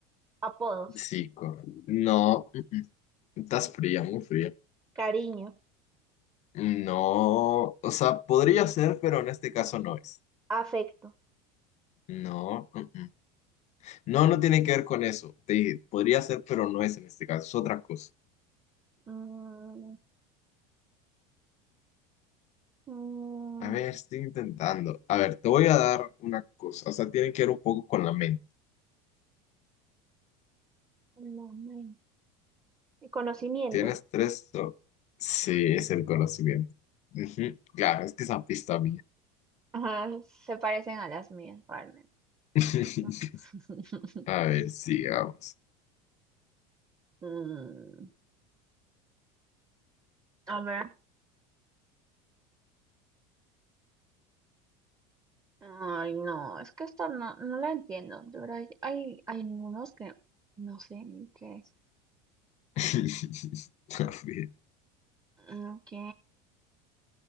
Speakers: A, on the right; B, on the left.
A: Apodos,
B: Sí, correcto. No. mm, mm. Estás fría, muy fría.
A: cariño,
B: No, o sea, podría ser, pero en este caso no es.
A: afecto,
B: No, mm, mm. No, no tiene que ver con eso. Te dije, podría ser, pero no es en este caso, es otra cosa.
A: mm, mm,
B: A ver, estoy intentando. A ver, te voy a dar una cosa. O sea, tiene que ver un poco con la mente.
A: la men- conocimiento.
B: ¿Tienes tres? o- Sí, es el conocimiento. Ujú. Claro, es que esa pista mía.
A: Ajá, se parecen a las mías, realmente.
B: <laughs>
A: <laughs>
B: A ver, sigamos.
A: Mm, a ver. Ay, no, es que esto no, no la entiendo. De verdad, hay, hay unos que no sé ni qué es.
B: <laughs> A ver,
A: Mm, Ok.